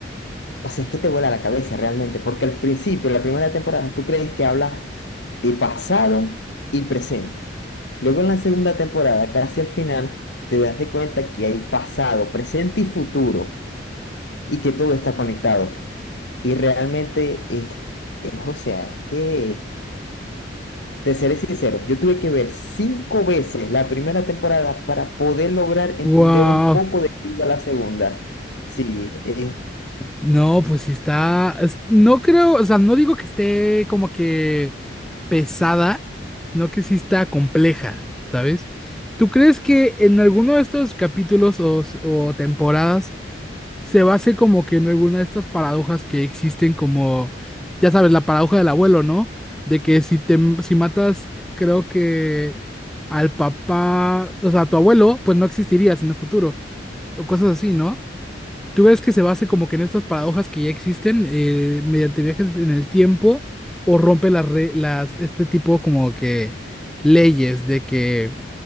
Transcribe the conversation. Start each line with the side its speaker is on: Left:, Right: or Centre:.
Left: o sea, es que te vuela la cabeza realmente, porque al principio, la primera temporada, tú crees que hablas de pasado y presente. Luego en la segunda temporada, casi al final, te das de cuenta que hay pasado, presente y futuro y que todo está conectado. Y realmente es, es, o sea, es que, te seré sincero, yo tuve que ver cinco veces la primera temporada para poder lograr entender
Centre: Wow.
Left: un poco de qué iba la segunda. Sí, eh,
Centre: No, pues sí está. es- No creo, o sea, no digo que esté como que. pesada, sino que sí está compleja, ¿sabes? ¿Tú crees que en alguno de estos capítulos o, s- o temporadas se base como que en alguna de estas paradojas que existen como, ya sabes, la paradoja del abuelo, ¿no? De que si te, si matas, creo que al papá, o sea, a tu abuelo, pues no existirías en el futuro, o cosas así, ¿no? ¿Tú crees que se base como que en estas paradojas que ya existen eh, mediante viajes en el tiempo o rompe las, re- las este tipo como que leyes de que